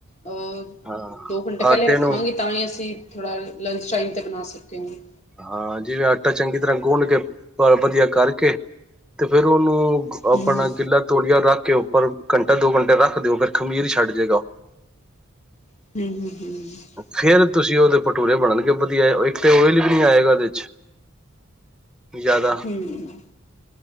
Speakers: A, on the left (about 35°); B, in the centre.
A: ਅਹ
B: ਹਾਂ
A: ਦੋ ਘੰਟੇ ਪਹਿਲੇ
B: ਆਟੇ
A: ਰੱਖਾਂਗੇ
B: ਨੂੰ
A: ਤਾਂ ਹੀ ਅਸੀਂ ਥੋੜਾ ਲੰਚ ਟਾਈਮ ਤੇ ਬਣਾ ਸਕੇਗੇ।
B: ਹਾਂ ਜਿਵੇਂ ਆਟਾ ਚੰਗੀ ਤਰ੍ਹਾਂ ਗੁੰਣ ਕੇ ਵਧੀਆ ਕਰਕੇ ਤੇ ਫੇਰ ਉਹਨੂੰ ਆਪਣਾ
A: ਹੂੰ
B: ਗਿੱਲਾ ਤੋਲੀਆ ਰੱਖ ਕੇ ਉੱਪਰ ਘੰਟਾ-ਦੋ ਘੰਟੇ ਰੱਖ ਦਿਓ ਫੇਰ ਖ਼ਮੀਰ ਛੱਡ ਜੇਗਾ।
A: ਹੂੰ-ਹੂੰ-ਹੂੰ‌।
B: ਫੇਰ ਤੁਸੀਂ ਉਹਦੇ ਪਟੂਰੇ ਬਣਨਗੇ ਵਧੀਆ ਇੱਕ ਤੇ ਓਇਲੀ ਨੀ ਆਏਗਾ ਉਹਦੇ ਚ, ਜਿਆਦਾ
A: ਹੂੰ,